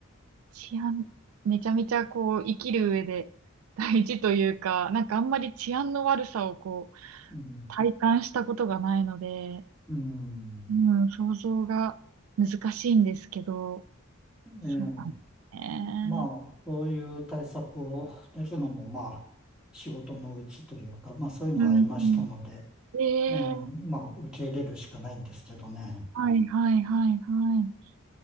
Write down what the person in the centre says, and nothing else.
え。うん
うん。
ええ。
まあ、そういう対策を練るのも、まあ、仕事のうちというか、まあ、そういうのはありましたので、
ええ、まあ、受け入れるしかないんですけどね。